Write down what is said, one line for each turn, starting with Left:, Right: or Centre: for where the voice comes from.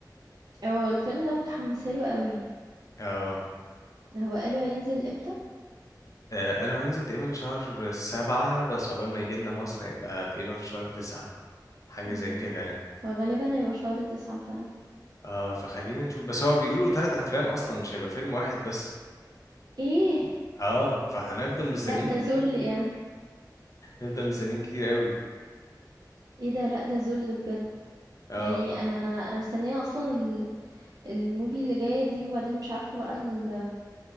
Right: اه الفيلم ده متحمسة له قوي
Left: اه
Right: هو قالوا هينزل امتى
Left: آه، قالوا هينزل تقريبا شهر سبعة بس عقبال ما يجي لنا مصر هيبقى تقريبا في شهر تسعة حاجة
Right: مم.
Left: زي كده يعني
Right: هو غالبا هيبقى شهر تسعة فعلا
Left: اه فخلينا نشوف بس هو بيقولوا تلات أفلام أصلا مش هيبقى فيلم واحد بس
Right: إيه!
Left: اه فهنفضل مستنيين
Right: لأ ده
Left: كتير
Right: ذل يعني،
Left: هنفضل مستنيين كتير قوي
Right: إيه ده! لأ ده ذل بجد،
Left: اه
Right: يعني أنا أنا مستنية أصلًا ال الmovie اللي جاية دي، وبعدين مش عارفة بقى ال